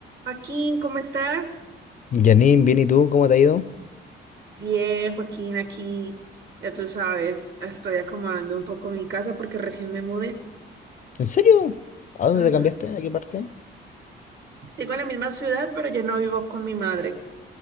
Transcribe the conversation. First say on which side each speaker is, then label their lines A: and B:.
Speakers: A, on the right; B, on the left.
A: Joaquín, ¿cómo estás?
B: Janine, bien, ¿y tú? ¿Cómo te ha ido?
A: Bien, Joaquín, aquí, ya tú sabes, estoy acomodando un poco mi casa porque recién me mudé.
B: ¿En serio? ¿A dónde
A: Ujú.
B: te cambiaste? ¿A qué parte?
A: Sigo en la misma ciudad, pero ya no vivo con mi madre.